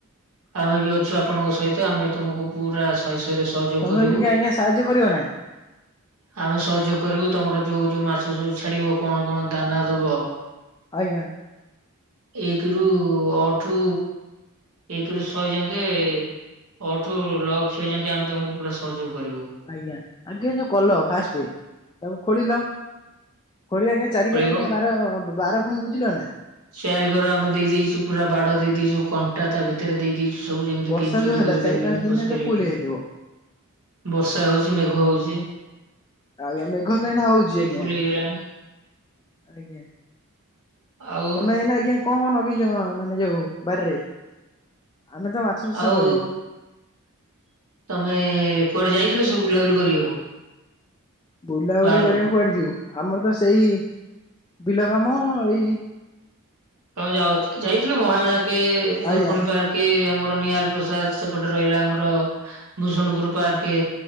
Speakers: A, on the right; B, on the left.
A: ଆମେ ବି ଅଛୁ ଆପଣଙ୍କ ସହିତ ଆମେ ତମକୁ ପୁରା ଶହେ ଶହେରେ ସହଯୋଗ
B: ତମେ
A: କରିବୁ।
B: ବି ଟିକେ ଆଜ୍ଞା ସାହାଯ୍ୟ କରିବ ନା
A: ଆମେ ସହଯୋଗ କରିବୁ ତମର ଯୋଉ ଯୋଉ ମାଛ ସବୁ ଛାଡିବ କଣ କଣ ଦାନା ଦବ?
B: ଆଜ୍ଞା।
A: ଏକ ରୁ ଅ ଠୁ ଏକରୁ ଶହେ ଯାଙ୍କେ ଅ ଠୁ ଲ, କ୍ଷ ଯାଙ୍କେ ଆମେ ତମକୁ ପୁରା ସହଯୋଗ କରିବୁ।
B: ଆଜ୍ଞା ଆଜ୍ଞା ଯୋଉ କଲ ଫାଷ୍ଟେ ତାକୁ ଖୋଳିଲ ଖୋଳିବା କେ ଚାରି
A: ଖୋଳିବ।
B: କର ଆଜ୍ଞା ବାର ବାର ପୁଣି ବୁଜିଲ ନା?
A: ଚାରି କର ଆମେ ଦେଇଦେଇଚୁ ପୁରା ବାଡ ଦେଇ ଦେଇଚୁ କନ୍ ଣ୍ଟା ତା ଭିତରେ ଦେଇଦେଇଛୁ ସବୁ ଯେମିତି
B: ବର୍ଷା
A: କେହି ଚୋରି
B: ଯୋଉ ହେଲା
A: କରି
B: ଚାରି
A: ପାରିବେନି
B: ପାଞ୍ଚ ଦିନରେ
A: ପଶି
B: ତ
A: ପାରିବେନି।
B: ଫୁଲ ହେଇଥିବ।
A: ବର୍ଷା ହଉଛି ମେଘ ହଉଚି।
B: ଆଜ୍ଞା, ମେଘ ତ ଏଇନା ହଉଚି ଆଜ୍ଞା
A: ଫୁଲ ହେଇଗଲାଣି।
B: ଆଜ୍ଞା।
A: ଆଉ
B: ତମେ ଏଇନା ଆଜ୍ଞା କଣ କଣ ନଗେଇଚ ମାନେ ଯୋଉ ବାରିରେ? ଆମେ ତ ମାଛ ଚାଷ
A: ଆଉ
B: କରିବୁ
A: ତମେ କୁଆଡେ ଯାଇଥିଲ ସବୁ ବୁଲାବୁଲି କରିବାକୁ?
B: ବୁଲାବୁଲି
A: ବାହାରକୁ?
B: କରିବାକୁ କୁଆଡେ ଯିବୁ ଆମର ତ ସେଇ ବିଲ କାମ ଏଇ
A: ତମେ ଯାଉଚ ଯାଇଥିଲ ମହାବିଣା କେ
B: ଆଜ୍ଞା
A: ଦର୍ପଣୀ ପାର୍କ। କେ ଆମର ନିହାଲ ପ୍ରସାଦ ସେପଟେ ରହିଲା ଆମର ଭୂଷଣପୁର ପର୍କେ।